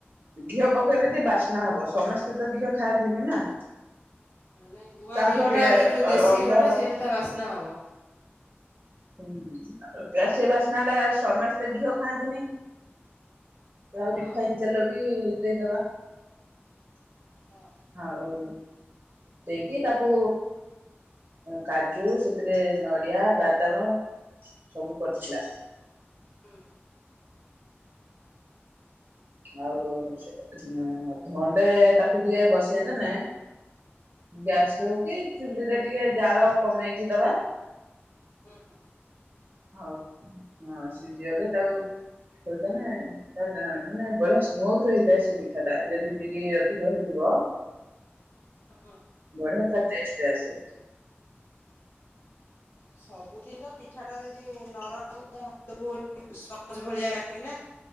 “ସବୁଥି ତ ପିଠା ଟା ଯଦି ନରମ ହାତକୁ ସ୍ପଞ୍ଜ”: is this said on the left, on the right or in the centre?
Left